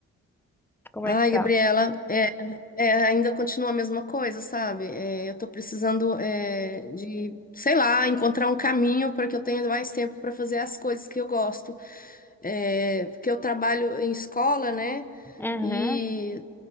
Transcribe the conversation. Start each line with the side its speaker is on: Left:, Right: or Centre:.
Centre: <laughs> Como
Left: Ai,
Centre: é que tá?
Left: Gabriela, é, é, ainda continua a mesma coisa, sabe? É, eu tô precisando, é, de, sei lá, encontrar um caminho para que eu tenha mais tempo para fazer as coisas que eu gosto. É, porque eu trabalho em escola, né?
Centre: Uhum,
Left: E,